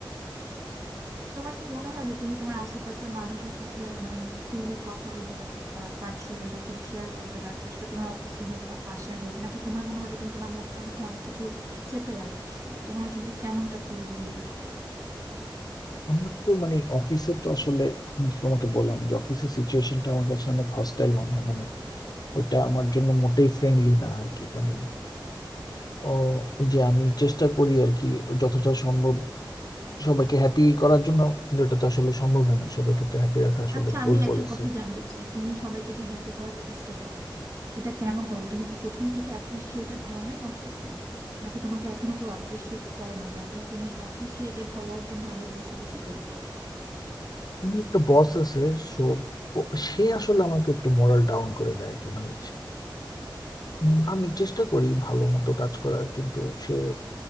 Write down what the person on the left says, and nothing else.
আমার তো মানে অফিসে তো আসলে আমি তো তোমাকে বললাম যে অফিসের সিচুয়েশনটা আমার কাছে অনেক হস্টাইল মনে হয় মানে ওইটা আমার জন্য মোটেই ফ্রেন্ডলি না আর কি মানে ও এই যে আমি চেষ্টা করি আর কি যতটা সম্ভব সবাইকে হ্যাপি করার জন্য কিন্তু এটা তো আসলে সম্ভব হয় না সবাইকে তো হ্যাপি রাখা আসলে
ভুল
পলিসি
আমার একটা বস আছে সো ও- সে আসলে আমাকে একটু মোরাল ডাউন করে দেয় আর কি মানে উম, আমি চেষ্টা করি ভালো মতো কাজ করার কিন্তু সে